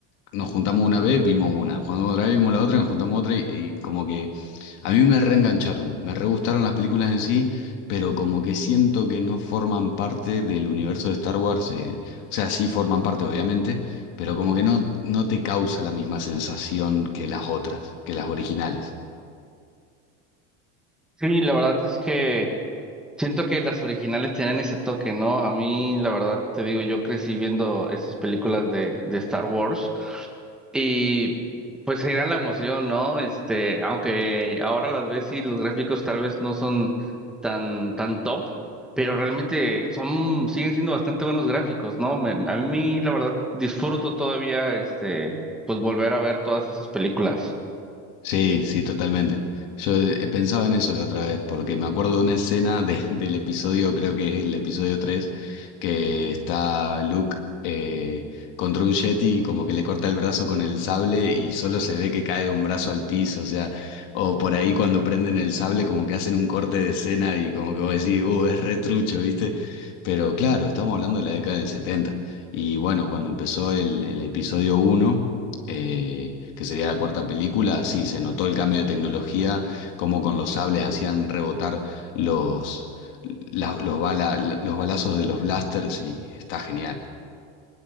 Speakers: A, on the left; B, in the centre.
A: nos juntamos una vez, vimos una, jugando otra vez, vimos la otra, nos juntamos otra y, y como que a mí me reengancharon, me re gustaron las películas en sí, pero como que siento que no forman parte del universo de Star Wars, eh, o sea, sí forman parte obviamente, pero como que no, no te causa la misma sensación que las otras, que las originales.
B: Sí, la verdad es que... Siento que las originales tienen ese toque, ¿no? A mí, la verdad, te digo, yo crecí viendo esas películas de, de Star Wars y pues era la emoción, ¿no? Este, aunque ahora las ves y los gráficos tal vez no son tan, tan top, pero realmente son, siguen siendo bastante buenos gráficos, ¿no? Me- a mí, la verdad, disfruto todavía, este, pues volver a ver todas esas películas.
A: Sí, sí, totalmente. Yo he pensado en eso la otra vez, porque me acuerdo de una escena de- <laughs> del episodio, creo que es el episodio 3, que está Luke eh, contra un Yeti y como que le corta el brazo con el sable y solo se ve que cae un brazo al piso, o sea, o por ahí cuando prenden el sable como que hacen un corte de escena y como que vos decís, uh, es retrucho, ¿viste? Pero claro, estamos hablando de la década del 70 y bueno, cuando empezó el, el episodio uno eh, que sería la cuarta película, sí, se notó el cambio de tecnología, como con los sables hacían rebotar los, la- los, bala- los balazos de los blasters y está genial.